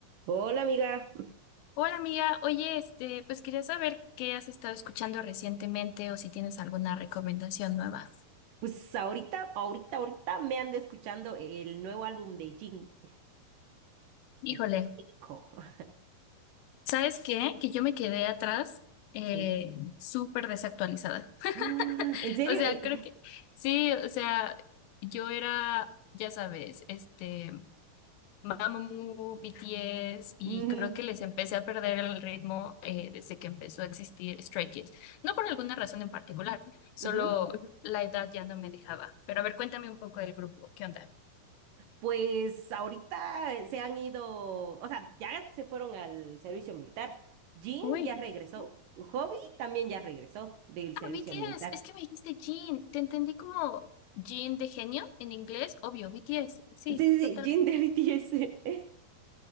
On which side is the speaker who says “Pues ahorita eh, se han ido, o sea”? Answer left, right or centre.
Right